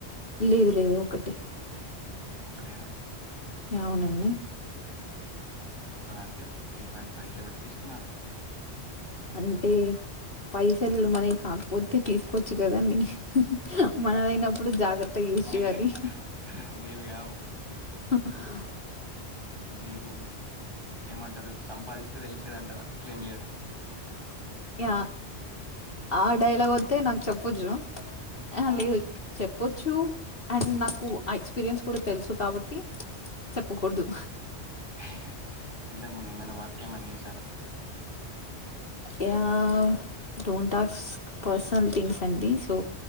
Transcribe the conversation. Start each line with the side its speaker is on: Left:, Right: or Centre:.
Left: లేదు లేదు ఒకటే
Right: ఒకటేనా
Left: యా అవునండి
Right: ఒకదానినికి త్రీ పాయింట్ ఫైవ్ క పెట్టి తీసుకున్నారు
Left: అంటే పైసలు మనకి కాకపోతే తీసుకోవచ్చు కదండీ హు హు మనదైనప్పుడు జాగ్రత్త యూస్
Right: మీవి
Left: చేయాలి హు
Right: మీవి కావు.
Left: హు హా
Right: మీరు ఏమంటారు సంపాదిస్తే తెలిసేది అంటారా అట్లేం లేదా
Left: యా ఆడైలాగ్ వస్తతే నాకు చెప్పొచ్చు అ
Right: ఆ!
Left: లే చెప్ప చెప్పచ్చు అండ్ నాకు ఆ ఎక్స్పీరియన్స్ కూడా తెలుసు కాబట్టి చెప్పకూడదు
Right: హీ హీ ఇంతకు ముందు ఏమైనా వర్క్ ఏమన్నా చేసారా
Left: yeah don't talk personal things అండి సో